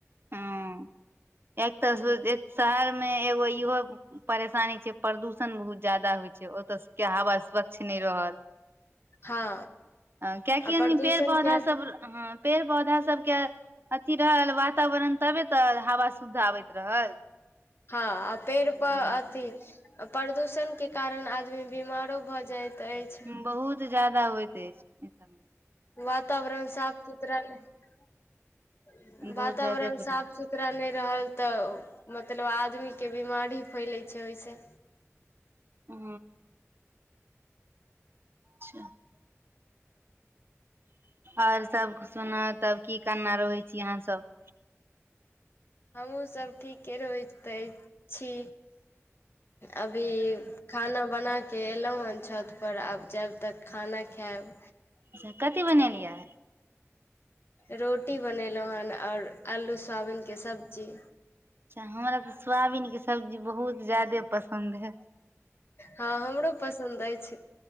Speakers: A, on the right (about 45°); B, on the left (about 50°).
A: हँ एक तर शहरमे एगो इहो परेशानी छै प्रदूषण बहुत ज्यादा होइ छै ओत स केँ हवा स्वच्छ नै रहल
B: हँ
A: <inaudible> <inaudible> कियकि
B: आ प्रदूषण
A: पेड़ पौधा
B: के
A: सभ ह पेड़ पौधा सब केँ अथी रहल वातावरण तबे तऽ हवा शुद्ध अबैत रहल
B: हँ आ पेड़ प
A: ह
B: अथी प्रदूषण केँ कारण आदमी बीमारो भऽ जाइत ऐछ
A: बहुत ज्यादा होइत ऐछ ऐ सब में
B: वातावरण साफ सुथरा <inaudible>
A: बहुत
B: वातावरण
A: ज्यादे बुझ
B: साफ सुथरा। सुथरा नै रहल तऽ मतलब आदमी केँ बीमारी फैलै छै ओइ स
A: हु <unintelligible> ओर सब सुना तब की करना रहै छी अहाँ सब
B: हमहूँ सभ ठीके रहै तहै छी अभी खाना बना केँ एलौ है छत पर आब जैब तऽ खाना खैब
A: अच्छा कथी बनेलियै
B: रोटी बनैलौ हन और आलू सोयाबीन केँ सब्जी
A: अच्छा हँ हमरा तऽ सोयाबीन केँ सब्जी बहुत ज्यादे पसन्द है
B: हँ हमरो पसन्द ऐछ